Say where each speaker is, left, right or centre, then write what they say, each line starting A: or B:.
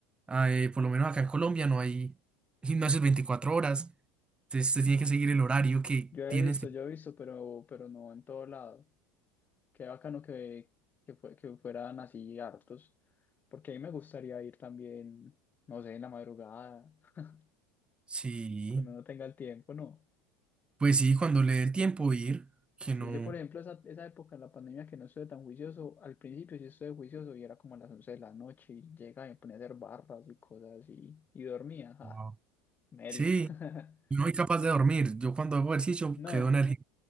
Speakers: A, on the right; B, on the left.
A: eh, por lo menos acá en Colombia no hay gimnasios 24 horas. Entonces usted tiene que seguir el horario que
B: Yo he
A: tiene
B: visto,
A: este.
B: yo he visto, pero, pero no en todo lado. Qué bacano que, que, fue- que fueran así hartos, porque a mí me gustaría ir también, no sé, en la madrugada, <laughs>
A: Sí,
B: cuando uno tenga el tiempo, ¿no?
A: pues sí, cuando le dé el tiempo ir, que
B: Sí,
A: no.
B: yo por ejemplo esa, esa época en la pandemia que no estuve tan juicioso, al principio sí estuve juicioso y era como a las 11 de la noche y llegaba y me ponía a hacer barras y cosas así y dormía, ah,
A: Wow.
B: melo.
A: Sí,
B: <laughs>
A: yo no soy capaz de dormir. Yo cuando hago ejercicio
B: No,
A: quedo energía